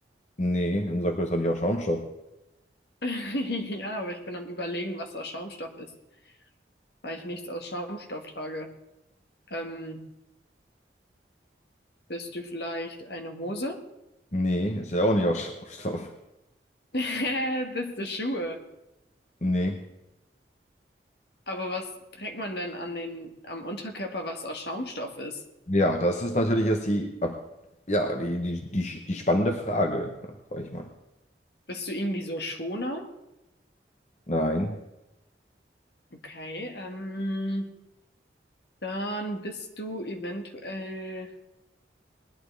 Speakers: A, on the left; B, on the left.
A: Nee, ein Sakko ist doch nicht aus Schaumstoff.
B: <laughs> Ja, aber ich bin am Überlegen, was aus Schaumstoff ist, weil ich nichts aus Schaumstoff trage. Ähm, Bist du vielleicht eine Hose?
A: Nee, ist ja auch nicht aus <laughs> Schaumstoff.
B: <laughs> Bist du Schuhe?
A: Nee.
B: Aber was trägt man denn an den, am Unterkörper, was aus Schaumstoff ist?
A: Ja, das ist natürlich jetzt die, ab- ja, die, die, die, die spannende Frage, sag ich mal.
B: Bist du irgendwie so Schoner?
A: Nein.
B: Okay, ähm, dann bist du eventuell.